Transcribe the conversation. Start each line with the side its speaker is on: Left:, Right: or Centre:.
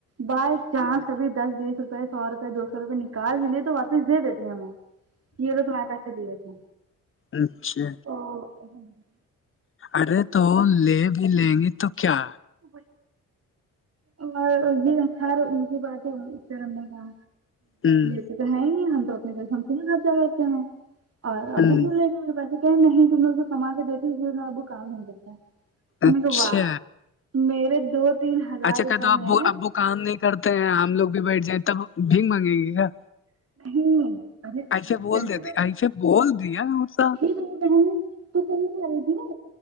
Right: بائی چانس سبھی دس بیس روپے سو روپئے دو سو روپئے نکال بھیے تو واپس دے دیتی ہیں ہمیں یہ تو تمہارے پیسے دیے تھے
Left: اچھا
Right: ااں
Left: ارے تو لے بھی لیں گے تو کیا
Right: ا ب اور یہ خیر ان کے بعد سر ہم نے کہا
Left: ہوں
Right: کہ تو ہے ہی ہم تو اپنے پس ہم خود ہی خرچا کرتے ہیں اور
Left: ہوں
Right: ابو بھی لے پیس کہ نہیں تم اسے کما کے دیتی اب کو کام نہیں کرتا
Left: اچھا
Right: کا واہ میرے دو تین ہزار
Left: اچھا
Right: روپئے
Left: کہ تو اب
Right: میں
Left: اب وہ کام نہیں کرتے ہیں ہم لوگ بھی بیٹھ جائیں تب بھی مانگیں گی کیا
Right: نہیں ارے
Left: ایسے بول
Right: کیسے
Left: دیتے ایسے بول دیا اس سا
Right: رہے ہیں تو کوئی آائے گی